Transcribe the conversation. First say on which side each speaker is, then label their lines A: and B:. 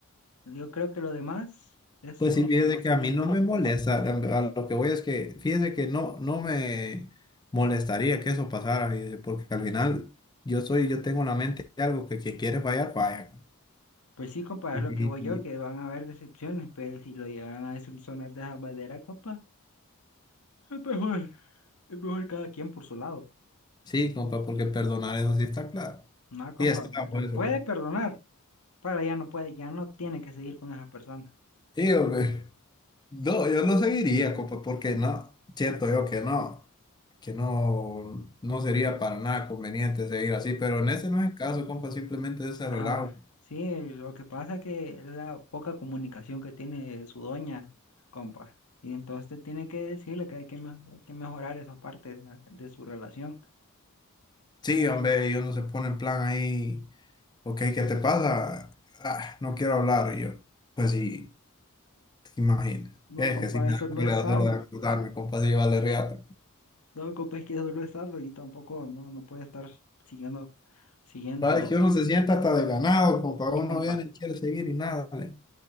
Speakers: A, on the left (about 75°); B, on the left (about 20°).
A: Yo creo que lo demás es,
B: Pues
A: solucion-
B: sí, fíjese
A: es
B: que
A: solucionable.
B: a mí no me molesta. A a lo que voy es que, fíjese que no, no me molestaría que eso pasara, fíjese, porque al final yo soy, yo tengo en la mente algo que quien quiere fallar, falla.
A: Pues sí, compa,
B: Y-
A: es lo
B: y-
A: que voy yo, que van a haber decepciones, pero si lo llegaran a decepcionar de esa manera, compa, es mejor. Es mejor cada quien por su lado.
B: sí, compa, porque perdonar eso sí está claro.
A: No, compa,
B: sí está, por
A: la puede
B: eso. compa.
A: perdonar, pero ya no puede, ya no tiene que seguir con esa persona.
B: Sí, hombre. No, yo no seguiría, compa, porque no, siento yo que no, que no, no sería para nada conveniente seguir así, pero en ese no es el caso, compa, simplemente es ese
A: Ajá,
B: relajo.
A: sí, lo que pasa que es la poca comunicación que tiene su doña, compa. Y entonces tiene que decirle que hay que, me- hay que mejorar esa parte de, la- de su relación.
B: Sí, hombre, y uno se pone en plan ahí, ok, ¿qué te pasa? Ah, no quiero hablar, y yo, pues sí, te imaginas,
A: No,
B: es
A: compa,
B: que sí me
A: eso
B: da
A: no
B: cólera
A: es sano.
B: solo de acordarme, compa, sí vale reata.
A: No, compa, es que eso no es sano y tampoco no, no puede estar siguiendo, siguiendo.
B: Sabes que uno se sienta hasta desganado, compa,
A: Sí,
B: uno
A: compa.
B: viene y quiere seguir y nada, le-